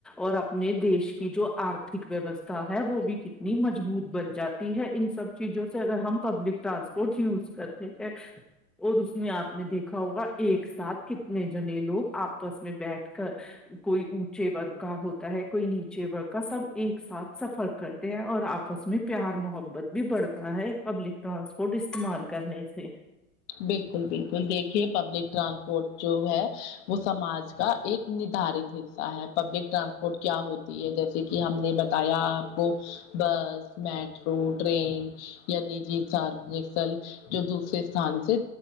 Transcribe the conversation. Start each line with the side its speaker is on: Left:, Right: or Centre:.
Centre: اور اپنے دیش کی جو ارتھک ویوستھا ہے وہ بھی کی نی مجبوط بن جاتی ہے ان سب چیزوں سے اگر ہم پبلک ٹرانسپورٹ یوز کرتے ہیں اور اس میں آپ نے دیکھا ہوگا ایک ساتھ کتنے جنے لوگ آپس میں بیٹھ کر کوئی اونچے ورگ کا ہوتا ہے کوئی نیچے ورگ کا سب ایک ساتھ سفر کر ہیں اور آپس میں پیار محبت بھی بڑھتا ہے پبلک ٹرانسپورٹ استعمال کرنے سے
Left: بالکل بالکل دیکھیے پبلک ٹرانسپورٹ جو ہے وہ سماج کا ایک ندارت حصہ ہے پبلک ٹرانسپورٹ کیا ہوتی ہے جیسے جیسے کہ ہم نے بتایا آپ کو بس میٹرو ٹرین یا نجی ساروجک ستل جو دوسرے استان سے